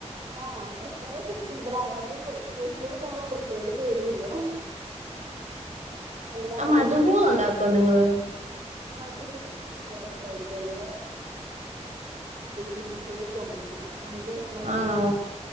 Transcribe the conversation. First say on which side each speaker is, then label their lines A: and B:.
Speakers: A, on the right; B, on the right.
A: ആഹ് ഭക്ഷണൊക്കെ സിമ്പിള ആണ് ഞ യൂട്യൂബ് ഉണ്ടായതൊണ്ടിപ്പൊ ഒരു പേടിയില്ല എല്ലാത്തിലും
B: ആ മധഹൂ ഉണ്ടാക്കും ഇങ്ങള്
A: മധ്ഹൂത്ത് അയിനായിട്ട്ള്ളെ <unintelligible> <unintelligible> മന്തി വെക്ക്ണത്ര
B: ആണോ